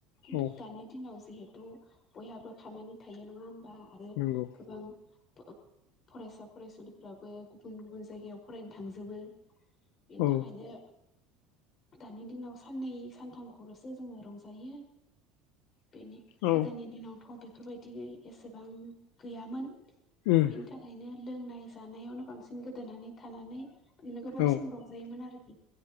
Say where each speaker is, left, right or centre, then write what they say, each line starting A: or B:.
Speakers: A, on the left; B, on the left.
A: खिन्थु
B: औ
A: दानि दिनाव जिहेथु बयहाबो खामानि थायो नङा होनबा आरो
B: नंगौ
A: गोबां फरायसा फरायसुलिफोराबो गुबुन गुबुन जायगायाव फरायनो थांजोबो बेनि
B: औ
A: थाखायनो दानि दिनाव साननै सानथामखौल'सो जोङो रंजायो बेनि
B: औ
A: गोदोनि दिनावथ' बेफोरबायदि एसेबां गैयामोन
B: उम
A: बिनि थाखायनो लोंनाय जानायावनो बांसिन गोदोनानै थानानै बिदिनो गोबाव
B: औ
A: समफ्राव आरोखि